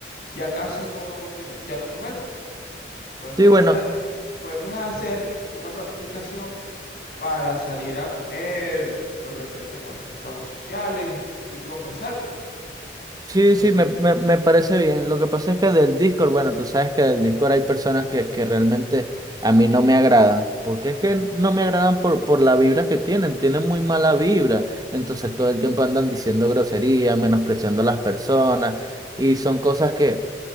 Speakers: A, on the left (about 55°); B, on the right (about 20°).
A: ya casi no, ni- ya no nos vemos. Podemos,
B: Sí,
A: es
B: bueno,
A: pla- podemos hacer una planificación para salir a comer o de repente armar unos tragos sociales y conversar, pues.
B: Sí,
A: No sé
B: sí,
A: si...
B: me, me, me parece bien. Lo que pasa es que del Discord, bueno, tú sabes que del Discord hay personas que, que realmente a mí no me agradan, porque es que no me agradan por, por la vibra que tienen, tienen muy mala vibra, entonces todo el tiempo andan diciendo groserías, menospreciando a las personas, y son cosas que